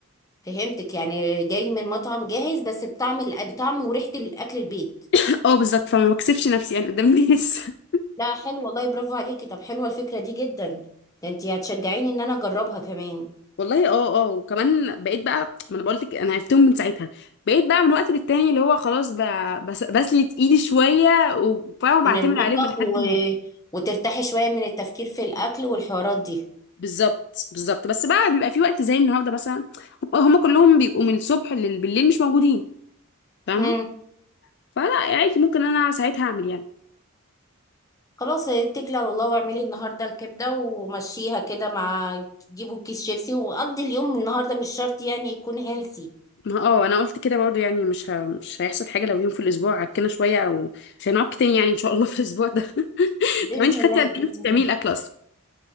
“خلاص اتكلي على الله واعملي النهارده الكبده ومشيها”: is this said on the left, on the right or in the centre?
Left